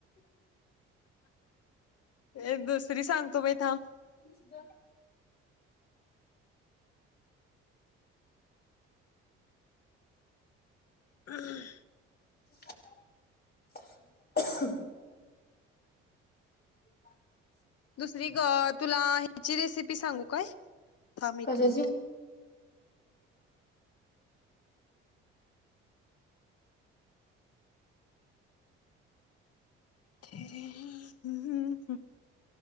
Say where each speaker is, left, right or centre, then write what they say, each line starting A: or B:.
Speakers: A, on the left (about 55°); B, on the left (about 35°).
A: एक दुसरी सांगतो बाई थांब.
B: तस <inaudible> बर
A: हमं,
B: <inaudible> <inaudible>
A: दुसरी ग तुला ह्याची रेसिपी सांगू काय थांब एक
B: कशाची
A: मिनिट. ते हम हम,